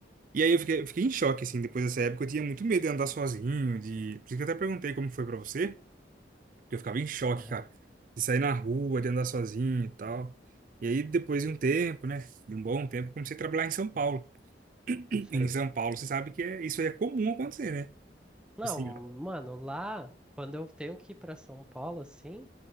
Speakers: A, on the right (about 50°); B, in the centre.
A: E aí eu fiquei, eu fiquei em choque, assim, depois dessa época eu tinha muito medo de andar sozinho, de... Por isso que eu até perguntei como foi pra você. Eu ficava em choque,
B: aham.
A: cara. De sair na rua, de andar sozinho e tal. E aí, depois de um tempo, né? De um bom tempo, comecei a trabalhar em São Paulo. E
B: Sei.
A: Em São Paulo, você sabe que é, isso aí é comum acontecer, né? Tipo
B: Não,
A: Assim,
B: mano,
A: ó.
B: lá, quando eu tenho que ir pra São Paulo, assim,